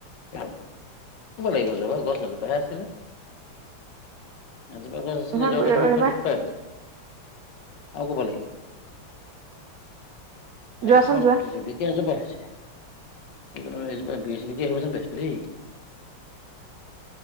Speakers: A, on the left; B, on the right.
A: <unintelligible> লাগিব, যোৱাবাৰ গছ এজোপাহে আছিলে। এজোপা গছ আছিলে
B: নহয়
A: যোৱাবাৰ দেখোন
B: এইবাৰ
A: সেইটো খোৱাই হ'ল আৰু কব লাগিব,
B: যোৱাচোন
A: এই তোমাক
B: যোৱা
A: যদি- কেজোপা হৈছে এজোপা <unintelligible> হব যেন পাইছো দেই।